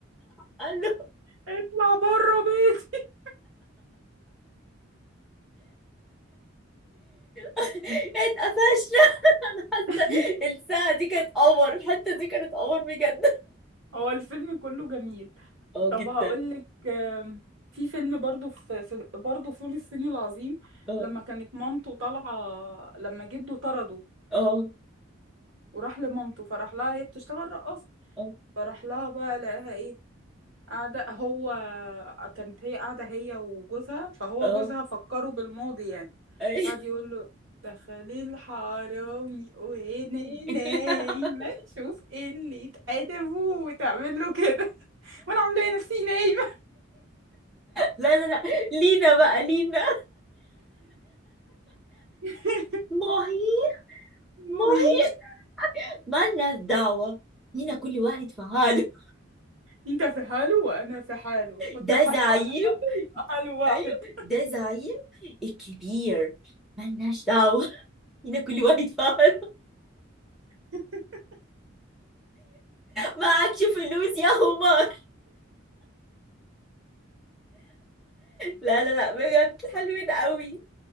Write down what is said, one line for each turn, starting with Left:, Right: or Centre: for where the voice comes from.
Centre: قال له
Right: اطلع بره بيتي
Centre: <laughs> اتقفشنا <laughs> انا حاسة
Right: <laughs>
Centre: الساعة دي كانت قمر الحتة دي كانت قمر بجد
Right: هو الفيلم كله جميل
Centre: اه
Right: طب
Centre: جدا
Right: هقولك آم، في فيلم برضو في, في برضو فول الصين العظيم
Centre: اه
Right: لما كانت مامته طالعة لما جده طرده
Centre: اه
Right: وراح لمامته فراح لها هي بتشتغل رقاصة
Centre: اه
Right: فراح لها بقى لقاها ايه قاعدة هو كانت هي قاعدة هي وجوزها فهو
Centre: اه
Right: جوزها فكره بالماضي يعني
Centre: أيوة.
Right: قعد يقول له دخلي الحرامي وانا
Centre: <laughs>
Right: نايمة شوف ايه اللي اتقدمه وتعمل له كده <laughs> وانا عاملة إيه نفسي نايمة
Centre: لا لا لا لينا بقى لينا
Right: <laughs>
Centre: ماهي ماهي
Right: وهي
Centre: مالناش دعوة هنا كل واحد في حاله
Right: انت في حاله وانا في حاله حط
Centre: ده
Right: حاله
Centre: زعيم
Right: على حاله يبقى حاله واحد
Centre: أيوة ده زعيم الكبير مالناش دعوة هنا كل واحد في حاله
Right: <laughs>
Centre: معكش فلوس يا همار لا لا لا بجد حلوين قوي